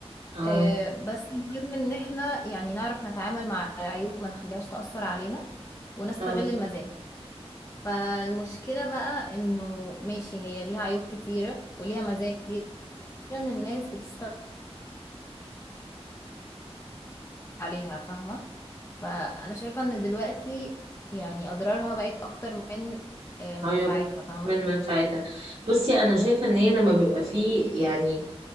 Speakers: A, on the right; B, on the left.
A: اه
B: آه، بس المهم ان احنا يعني نعرف نتعامل مع العيوب ما نخليهاش تأثر علينا ونستغل
A: اه
B: المزايا فالمشكلة بقى انه ماشي هي ليها عيوب كتيرة وليها مزايا كتيرة ان الناس بتستغل عليها فاهمة فانا شايفة ان دلوقتي يعني اضرارها بقت اكتر من آه، منفعتها
A: عيوب
B: فاهمة
A: من منفعتها بصي انا شايفة ان هي لما بيبقى فيه يعني